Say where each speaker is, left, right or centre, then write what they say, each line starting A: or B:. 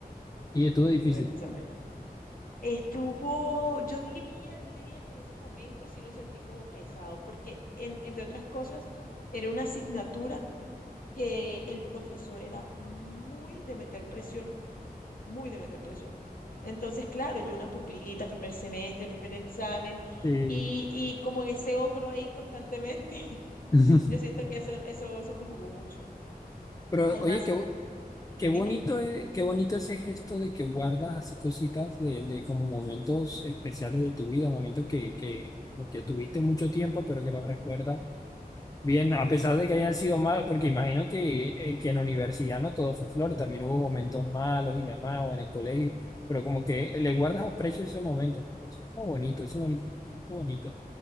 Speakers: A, on the left; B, on the left.
A: Y estuvo
B: Mi
A: difícil.
B: primer examen. Estuvo, yo diría, yo diría que en ese momento sí lo sentí como pesado, porque en- entre otras cosas, era una asignatura que el profesor era muy de meter presión, muy de meter presión. Entonces, claro, yo una pupilita, primer semestre, primer examen,
A: Sí.
B: y, y como en ese ogro ahí constantemente, <laughs>
A: <laughs>
B: yo siento que eso, eso, eso me jugó mucho.
A: Pero,
B: Además,
A: oye, qué, Qué bonito,
B: dime.
A: es- qué bonito ese gesto de que guardas así cositas de, de como momentos especiales de tu vida, momentos que, que, como que tuviste mucho tiempo, pero que los recuerdas bien, a pesar de que hayan sido malos, porque imagino que, eh, que en la universidad no todo fue flor, también hubo momentos malos y demás, o en el colegio, pero como que le guardas aprecio a esos momentos. Eso es como bonito, eso es bonito, eso es bonito.